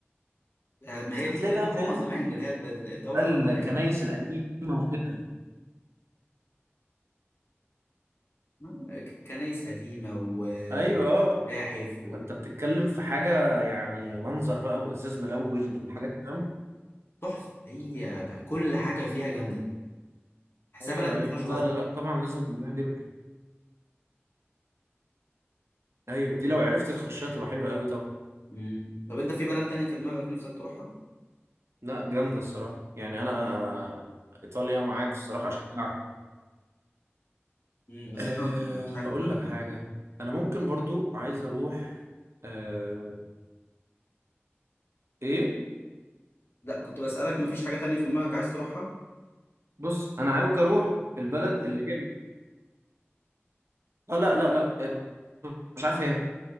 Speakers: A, on the left (about 60°); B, on the right (about 75°).
A: ما هي
B: بس
A: دي
B: هتلاقي
A: كانت
B: بقى
A: روما
B: فاهم
A: زمان اللي هي الب- الدولة
B: بقى الكنايس
A: الرومانية
B: القديمه وكده
A: ما- ك- كنايس قديمة ومتاحف
B: ايوه اه آه. فانت بتتكلم في حاجه يعني منظر بقى وازاز ملون وحاجات فاهم
A: وتحفة هي بقى كل حاجة فيها جامدة تحسها
B: ايوه
A: بلد
B: ايوه
A: ما فيهاش غلطة
B: لا لا لا طبعا لازم الواحد يروح ايوه دي لو عرفت تخشها تبقى حلوه قوي طبعا
A: مم. طب انت في بلد تانية في دماغك نفسك تروحها؟
B: لا جامده الصراحه يعني انا ايطاليا معاك الصراحه اشجعك
A: مم. بس
B: آه،
A: انت مفيش حاجة
B: اقول
A: في دماغك
B: لك حاجه
A: تانية
B: انا ممكن برضو عايز اروح أه... ايه
A: لا كنت بسألك مفيش حاجة تانية في دماغك عايز تروحها؟
B: بص انا عايز اروح البلد اللي هي بيبقى... اه لا لا لا آه، مش عارف هي